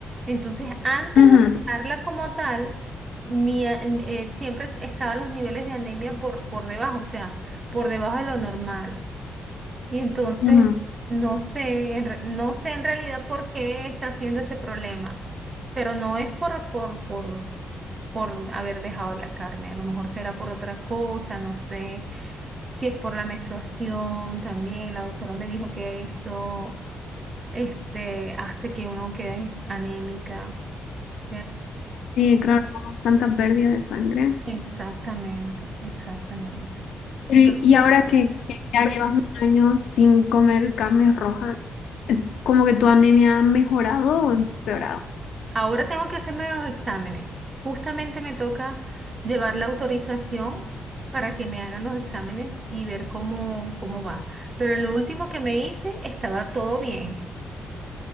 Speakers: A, on the right; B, on the left.
A: Entonces, antes
B: Ujú,
A: de dejarla como tal, mi, a- em, eh, siempre estaban los niveles de anemia por, por debajo, o sea, por debajo de lo normal. Y entonces,
B: ujú.
A: no sé, en re- no sé en realidad por qué está haciendo ese problema, pero no es por, por, por, por haber dejado la carne, a lo mejor será por otra cosa, no sé, si es por la menstruación también, la doctora me dijo que eso, este, hace que uno quede anémica, ¿cierto?
B: Sí, claro, como tanta pérdida de sangre.
A: Exactamente, exactamente.
B: Pero
A: Entonces,
B: y y ahora que, que ya llevas un año sin comer carne roja, eh, ¿como que tu anemia ha mejorado o empeorado?
A: Ahora tengo que hacerme los exámenes. Justamente me toca llevar la autorización para que me hagan los exámenes y ver cómo, cómo va. Pero en lo último que me hice estaba todo bien.